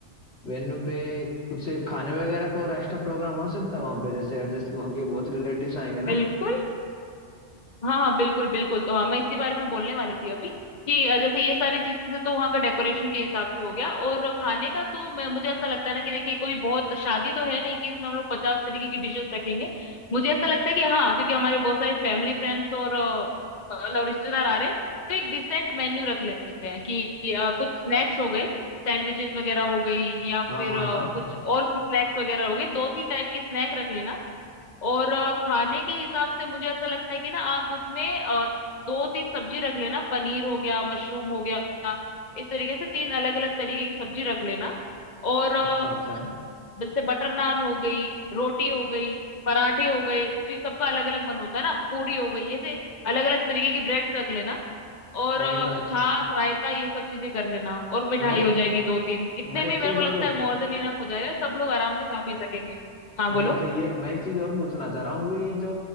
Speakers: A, on the left; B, on the left.
A: वेन्यू पे कुछ खाने वगैरह का और एक्स्ट्रा प्रोग्राम हो सकता है वहाँ पे जैसे एडजस्ट वहाँ के बहुत रिलेटिव्स आएंगे ना
B: बिल्कुल हाँ हाँ बिल्कुल बिल्कुल तो हाँ मैं इसी बारे में बोलने वाली थी अभी कि अ, जैसे ये सारी चीजें तो वहाँ का डेकोरेशन के हिसाब से हो गया और खाने का तो मैं मुझे ऐसा लगता है ना कि देखिए कोई बहुत शादी तो है नहीं कि इसमें हम लोग पचास तरीके की डिशेस रखेंगे मुझे ऐसा लगता है कि हाँ क्योंकि हमारे बहुत सारे फैमिली फ्रेंड्स और अ, मतलब रिश्तेदार आ रहे हैं तो एक डिसेंट मेन्यू रख लेते हैं कि कि, अ, कुछ स्नैक्स हो गए सैंडविचेस वगैरह हो गई या फिर
A: हाँ हाँ
B: अ,
A: हाँ
B: कुछ और स्नैक्स वगैरह हो गए दो तीन टाइप की स्नैक रख लेना और अ, खाने के हिसाब से मुझे ऐसा लगता है कि ना आप उसमें अ, दो तीन सब्जी रख लेना पनीर हो गया मशरूम हो गया इस तरीके से तीन अलग अलग तरीके की सब्जी रख लेना और अ,
A: अच्छा अच्छा
B: जैसे बटर नान हो गई रोटी हो गई पराठे हो गए क्योंकि सबका अलग अलग मन होता है ना पूरी हो गई ऐसे अलग अलग तरीके की ब्रेड्स रख लेना और अ,
A: एम,
B: छाछ रायता ये सब चीजें कर लेना और मिठाई
A: मैं
B: हो जाएगी दो तीन इतने
A: मैं
B: में
A: एक
B: मेरे
A: चीज
B: को
A: और
B: लगता है मोर देन इनफ हो जाएगा सब लोग आराम से खा पी सकेंगे हाँ बोलो
A: नहीं सही है मैं एक चीज और पूछना चाह रहा हूँ ये जो